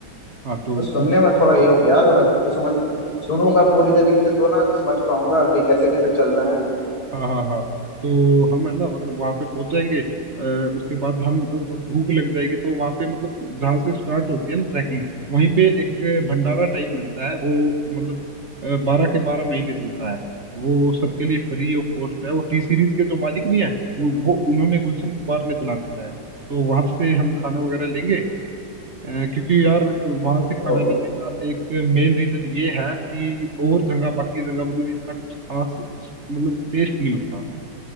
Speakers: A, on the right (about 40°); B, on the left (about 60°).
A: हाँ तो
B: और सुनने
A: भूख
B: में
A: लग
B: थोड़ा ये हूँ यार मैं तुम्हें सुन सुनूंगा पूरी तरीके से तो ना समझ पाऊंगा कि कैसे कैसे चलना है
A: हाँ हाँ हाँ तो हम है ना मतलब वहां पे पहुंच जाएंगे अ, उसके बाद हम भूख लग जाएगी तो वहां पे मतलब जहाँ से स्टार्ट होती है ना ट्रैकिंग वहीं पे एक अ, भंडारा टाइप लगता है वो मतलब बारह के बारह महीने चलता है वो सबके लिए फ्री ऑफ कॉस्ट है वो टी सीरीज के जो मालिक नहीं है वो वो उन्होंने गुलशन कुमार ने चला रखा है तो वहां से हम खाना वगैरह लेंगे अ, क्योंकि यार वहां से खाना
B: तो
A: लेने का एक मेन रीजन ये है कि और जगह बाकी जगह मतलब इतना कुछ खास मतलब टेस्ट नहीं होता